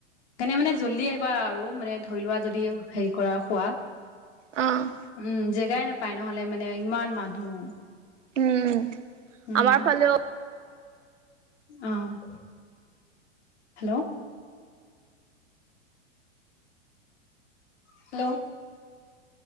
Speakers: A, on the left (about 60°); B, on the right (about 75°).
A: সেইকাৰনে মানে জল্দি আহিবা আৰু মানে ধৰি লোৱা যদি হেৰি কৰা শুৱা
B: অ',
A: উম, জেগাই নাপায় নহলে মানে ইমান মানুহ
B: উম,
A: উম
B: আমাৰ ফালেও
A: অ', hello hello